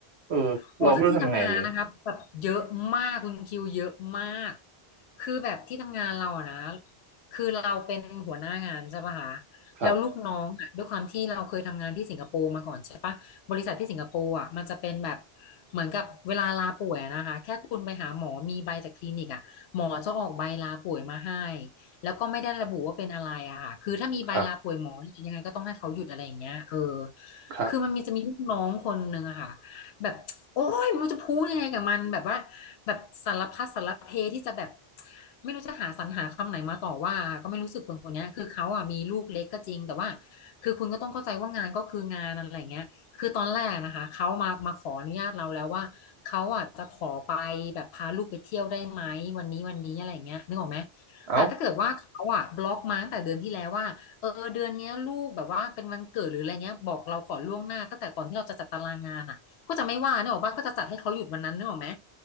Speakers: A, on the right (about 75°); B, on the left (about 85°).
A: เออเราไม่รู้ทำไงเลย
B: โอ้แต่ที่ทำงานนะครับแบบเยอะมากคุณคิวเยอะมากคือแบบที่ทำงานเราอะนะคือเราเป็นหัวหน้างานใช่ปะคะ
A: ครับ
B: แล้วลูกน้องอะด้วยความที่เราเคยทำงานที่สิงคโปร์มาก่อนใช่ปะบริษัทที่สิงคโปร์อะมันจะเป็นแบบเหมือนกับเวลาลาป่วยอะนะคะแค่คุณไปหาหมอมีใบจากคลินิกอะหมอจะออกใบลาป่วยมาให้แล้วก็ไม่ได้ระบุว่าเป็นอะไรอะค่ะคือถ้ามีใบลาป่วยหมอยังไงก็ต้องให้เขาหยุดอะไรอย่างเงี้ยเออ
A: ครับครับ
B: คือมันมีจะมีลูกน้องคนหนึ่งอะค่ะ แบบโอ้ยไม่รู้จะพูดยังไงกับมันแบบว่าแบบสารพัดสารเพที่จะแบบไม่รู้จะหาสรรหาคำไหนมาต่อว่าก็ไม่รู้สึกคนคนเนี้ยคือเขาอ่ะมีลูกเล็กก็จริงแต่ว่าคือคุณก็ต้องเข้าใจว่างานก็คืองานอะไรเงี้ยคือตอนแรกนะคะเขามามาขออนุญาตเราแล้วว่าเขาอ่ะจะขอไปแบบพาลูกไปเที่ยวได้ไหมวันนี้วันนี้อะไรเงี้ยนึกออกไหม
A: เอ้า
B: แต่ถ้าเกิดว่าเขาอ่ะบล็อกมาตั้งแต่เดือนที่แล้วว่าเออเดือนเนี้ยลูกแบบว่าเป็นวันเกิดหรืออะไรเงี้ยบอกเราก่อนล่วงหน้าตั้งแต่ก่อนที่เราจะจัดตารางงานอ่ะ ก็จะไม่ว่าเนกออกปะว่าก็จะจัดให้เขาหยุดวันนั้นเนกออกไหม